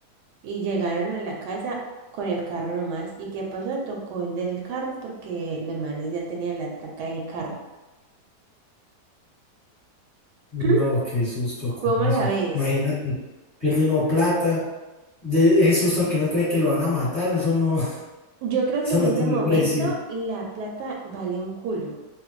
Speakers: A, on the right (about 80°); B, on the left (about 30°).
A: Y llegaron a la casa con el carro nomás. ¿Y qué pasó? Tocó vender el carro porque los manes ya tenían la placa de ese carro.
B: no,
A: <clears throat>
B: qué susto
A: ¿Cómo
B: con eso.
A: la ves?
B: Imagínate, pierde uno plata. De ese susto que uno cree que lo van a matar, eso no, <laughs>
A: Yo creo
B: eso
A: que en
B: no
A: ese
B: tiene
A: momento
B: precio.
A: la plata vale un culo.